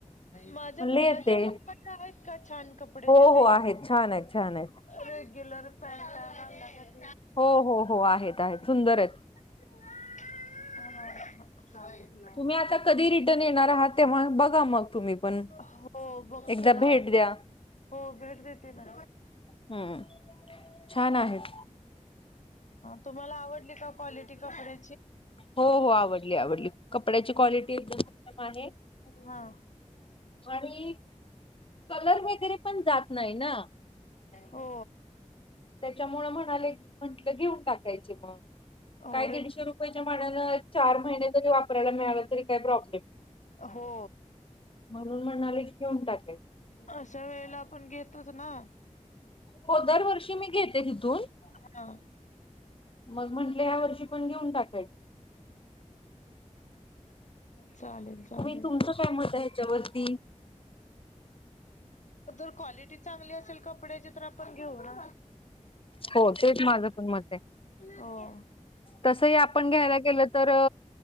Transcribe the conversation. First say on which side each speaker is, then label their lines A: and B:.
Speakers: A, on the left; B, on the left.
A: माझ्या
B: म्हणले
A: मुलाच्या
B: येते
A: मापाच्या आहेत का छान कपडे
B: हो
A: तिथे?
B: हो आहेत छान आहेत छान आहेत
A: रेग्युलर पॅट <unintelligible>
B: हो हो हो! आहेत आहेत सुंदर आहेत.
A: त <unintelligible> <unintelligible>
B: तुम्ही आता कधी रिटर्न येणार आहात. तेव्हा बघा मग तुम्ही पण,
A: हो बघतो
B: एकदा
A: ना!
B: भेट द्या
A: हो भेट देते ना!
B: हम्म छान आहेत.
A: तुम्हाला आवडली का क्वालिटी कपड्या
B: हो हो आवडली आवडली कपड्याची क्वालिटी एकदम उत्तम आहे
A: हा!
B: आणि कलर वगैरे पण जात नाही ना.
A: हो
B: त्याच्यामुळं म्हणाले म्हंटलं घेऊन टाकायचे मग.
A: हो
B: काय
A: रे
B: दीडशे रुपयाच्या मानान चार महिने तरी वा वापरायला मिळालं तरी काही प्रॉब्लेम नाही,
A: हो
B: म्हणून म्हले घेऊन टाकाय
A: अशा वेळेला आपण घेतोच ना.
B: हो दरवर्षी मी घेते तिथून.
A: हा
B: मग म्हटले या वर्षी पण घेऊन टाक!
A: चालेल! चालेल
B: तुम्ही तुमचं काय मत आहे ह्याच्यावरती?
A: जर क्वालिटी चांगली असेल कपड्याची तर आपण घेऊ ना!
B: हो तेच माझ पण मत आहे,
A: हो
B: तसही आपण घ्यायला गेलं तर